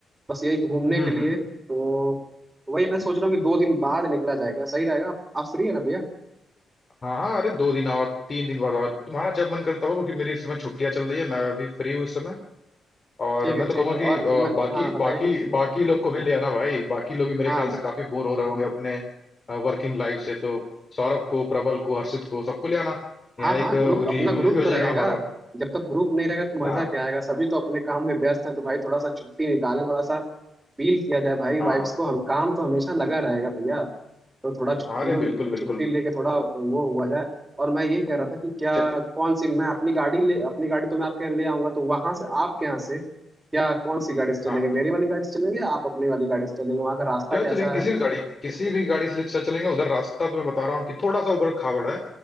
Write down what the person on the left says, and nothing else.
हम्म
हम्म
हाँ हाँ अरे दो दिन आओ तीन दिन बाद आओ तुम्हारा जब मन करे तब आओ क्योंकि मेरी इस समय छुट्टियां चल रही है मैं अभी फ्री हूँ इस समय और
मैं
तो
कहूंगा
कि
अ,
बाकी
बाकी बाकी लोग को भी ले आना भाई बाकी लोग भी मेरे
ख्याल से काफी बोर हो रहे होंगे अपने वर्किंग लाइफ से तो सौरभ को प्रबल को हर्षित को सबको ले आना
यहाँ एक
रियूनियन
भी हो
जाएगा
हमारा
हाँ
हाँ
हाँ अरे बिल्कुल बिल्कुल
च-
हाँ
चल चलेंगे
किसी
भी गाड़ी किसी भी गाड़ी से ले- चल चलेंगे उधर रास्ता तो मैं बता रहा हूँ कि थोड़ा सा उबड़ खाबड़ है